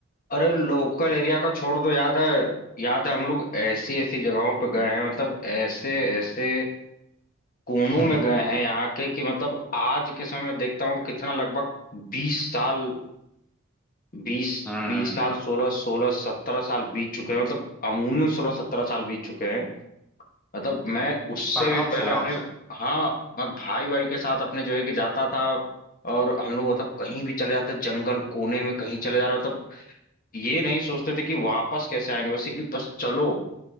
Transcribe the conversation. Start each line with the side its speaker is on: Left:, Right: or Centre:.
Left: अरे लोकल एरिया का छोड़ दो याद है याद है हम लोग ऐसी ऐसी जगहों पे गए हैं मतलब ऐसे ऐसे कोनों
Centre: हम्म
Left: में गए हैं यहाँ के कि मतलब आज के समय में देखता हूँ कितना लगभग बीस साल बीस
Centre: हम्म,
Left: बीस साल सोलह सोलह सत्रह साल बीत चुके हैं मतलब अमूमन सोलह सत्रह साल बीत चुके हैं मतलब मैं उससे
Centre: आराम
Left: भी पहले
Centre: से आराम
Left: अपने
Centre: से
Left: हाँ मैं भाई भाई के साथ अपने जो है कि जाता था और हम लोग मतलब कहीं भी चले जाते जंगल कोने में कहीं चले जा रहे मतलब ये नहीं सोचते थे कि वापस कैसे आएंगे वैसे कि बस चलो